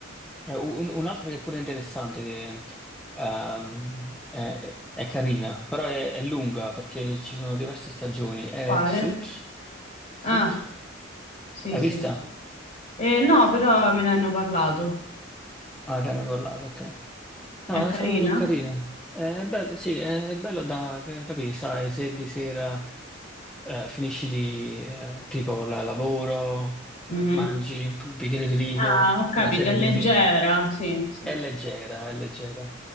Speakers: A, in the centre; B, on the left (about 40°).
A: Eh, un, un'altra che è pure interessante, che ehm, è, è carina, però è, è lunga perché ci sono diverse stagioni. È
B: Quale?
A: Suits? Suits?
B: Ah, sì,
A: Hai
B: sì.
A: vista?
B: Eh, no, però me ne hanno parlato.
A: Ah, te ne ho parlato, ok. No,
B: È carina?
A: sono, sono carine. È bello, sì, è bello da ca- capire, sai, se di sera eh, finisci di eh, tipo la lavoro,
B: Mhm.
A: eh, mangi un bicchiere di vino,
B: Ah, ho capito,
A: una serie
B: è leggera,
A: TV.
B: sì, sì,
A: È leggera, è leggera.